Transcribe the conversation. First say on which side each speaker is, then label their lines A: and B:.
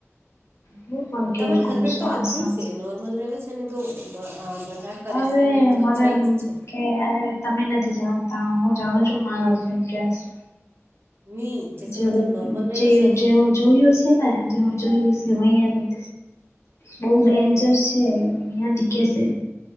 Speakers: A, on the left; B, on the right.
A: હું પણ કેર
B: તમારા
A: કરું
B: હસબેન્ડ
A: છું
B: તો
A: આસામ
B: અછાઇ છે, નોર્મલ રેવે છે ને તો મજાક કરશે,
A: અરે
B: ને ઇ
A: મારે
B: અચાઈ
A: એમ
B: જ છે.
A: કે આ તમે નથી જાણતા, હું જાણું છું મારો હસબેંડ કેવ છે.
B: ની. જૈસે
A: જેવો,
B: મતલબ નોર્મલ રહેવે
A: જેવુ
B: છે
A: જે
B: ની
A: જેવો જોયો હશેને, જેવો જોયું હશે અહીયા ની. બોહ ડેન્જર છે, અહિયાં દીખે છે.